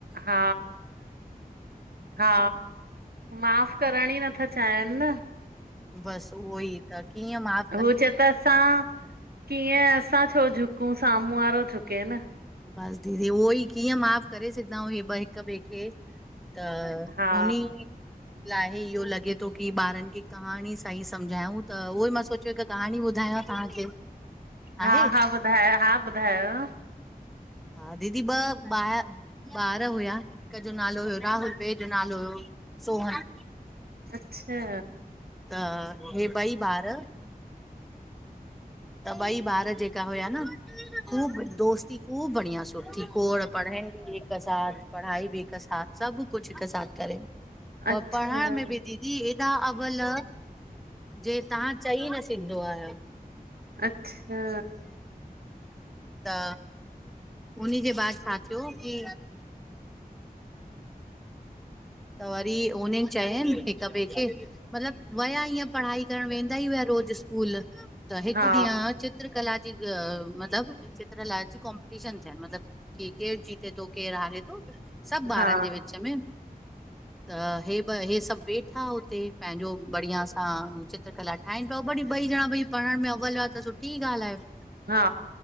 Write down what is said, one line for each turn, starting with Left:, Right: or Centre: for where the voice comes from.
Right: हा, हा, माफ़ करण ई नथ चायन न
Centre: बस उहो ई त कीअं माफ
Right: हूअ, चेई त असां कीअं असां छो झुकूं साम्हूं वारो झुके न।
Centre: बस दीदी, उहो ही, कीअं माफ़ करे, सघंदा हे ॿई हिक ॿिए खे। त,
Right: हा
Centre: उन्ही लाहे इहो लॻे थो, की ॿारनि खे कहाणी सां ही सम्झायऊूं, त उहो ई मां सोच हिक कहाणी ॿुधाया तव्हांखे।
Right: हा,
Centre: आहे
Right: हा, ॿुधायो हा ॿुधायो।
Centre: हा, दीदी ॿ ॿार हुया हिक जो नालो हुयो राहुल। ॿिए जो नालो हुयो सोहन।
Right: अच्छा!
Centre: त हे पई ॿार त ॿई ॿार जेका हुया न। ख़ूब दोस्ती, ख़ूब बढ़िया सुठी खोड़ पढ़न, बि हिक साथ पढ़ाई, बि हिक साथ। सभ कुछ हिक साथ करें, औ
Right: अच्छा
Centre: पढ़ण में बि द जी ऐॾा, अवल जे तव्हां चई न सघंदो आ
Right: अच्छा
Centre: त उन्ही जे बाद छा थियो की त वरी उन्हिन चयनि हिक ॿिए खे। मतलब वया ईअं पढ़ाई करण वेंदा ही हुया रोज़ स्कूल। त हिकु,
Right: हा
Centre: ॾींहं चित्रकला जी मतलब चित्रकला जी कॉम्पिटीशन थियनि मतलब कि केर जीते थो केर हारे थो सब ॿारनि
Right: हा
Centre: जे विच में त हे ॿ हे सभ वेठा उते पंहिंजो बढ़िया सां चि चित्रकला ठाहनि पिया, वरी ॿई ॾणा भाई पढ़ण में अवल हुया, त सुठी ॻाल्हि आहे।
Right: हा